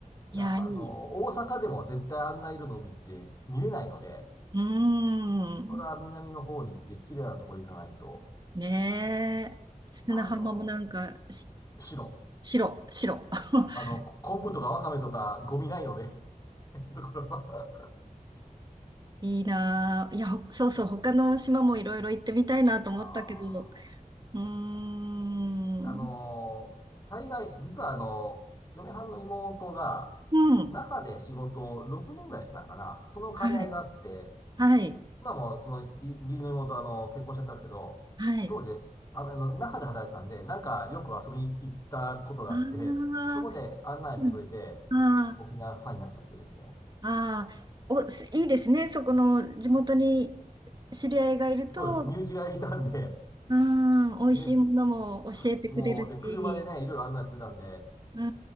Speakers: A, on the right (about 30°); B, on the left (about 25°).
A: いや、
B: いや、
A: いい。
B: あの、大阪でも絶対あんな色の海って見れないので、
A: うーん。
B: それは南の方に行って綺麗なところ行かないと、
A: ねえ。砂浜もなんか、
B: あの、
A: し、
B: 白。
A: 白、白。<laughs>
B: あの、こ昆布とかわかめとかゴミないので <laughs> ところは
A: いいなあ。いや、ほそうそう、他の島もいろいろ行ってみたいなと思ったけど。
B: ああ。
A: うーん。
B: あのー、大概、実はあの、嫁はんの妹が、
A: うん。
B: 那覇で仕事を6年ぐらいしてたんかな。その兼ね合いがあって、
A: はい。はい。
B: 今もその、い義理の妹はあの、結婚しちゃったんですけど、
A: はい。
B: 当時、ああの、那覇で働いてたんで、なんかよく遊びに行ったことがあって、
A: あ
B: そこで案内してくれて、
A: あー、うん。あ
B: 沖縄ファンになっちゃってですね。
A: あ、ああ、お、すいいですね。そこの地元に知り合いがいると、
B: そうです。身内がいたんで、
A: うーん、美味しいものも教えてくれるし、
B: で、そうです。もう、で、車でね、いろいろ案内してくれたんで、
A: うー